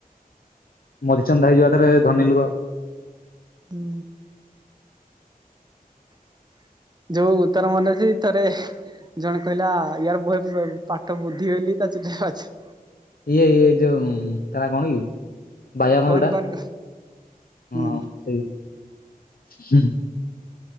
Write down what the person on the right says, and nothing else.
ହୁଁ। ହ ଯୋଉ ଉତ୍ତର ମନେ ଥରେ ଜଣେ କହିଲା ୟାର ବୁେ ପାଠ ବୁଦ୍ଧି ବେଲି ତା <unintelligible>
କହନି
କହନି ହୁଁ